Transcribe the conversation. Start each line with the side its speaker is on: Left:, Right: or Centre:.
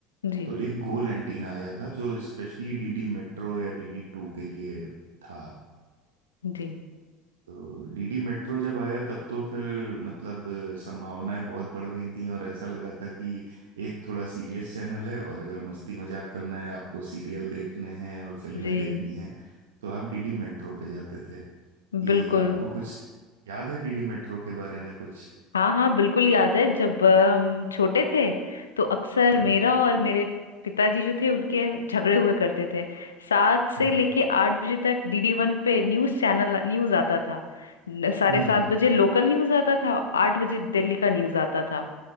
Left: जी
Right: तो एक गोल एंटीना आया था जो स्पेशली डीडी मेट्रो या डीडी टू के लिए था
Left: जी
Right: तो डीडी मेट्रो जब आया तब तो फिर मतलब अ, संभावनाएं बहुत बढ़ गई थी और ऐसा लगा था कि एक थोड़ा सीरियस चैनल है और अगर मस्ती मजाक करना है आपको सीरियल देखने हैं और फिल्में
Left: जी
Right: देखनी हैं तो आप डीडी मेट्रो पे जाते थे कि
Left: बिल्कुल
Right: आपको कुछ याद है डीडी मेट्रो के बारे में कुछ
Left: हाँ हाँ बिल्कुल याद है जब अ, हम छोटे थे तो अक्सर
Right: हम्म
Left: मेरा और मेरे पिताजी जो थे उनके झगड़े हुए करते थे सात से
Right: हम्म
Left: लेके आठ बजे तक डीडी वन पे न्यूज़ चैनल न्यूज़ आता था न- साढ़े
Right: हम्म
Left: सात बजे लोकल न्यूज़ आता था आठ बजे दिल्ली का न्यूज़ आता था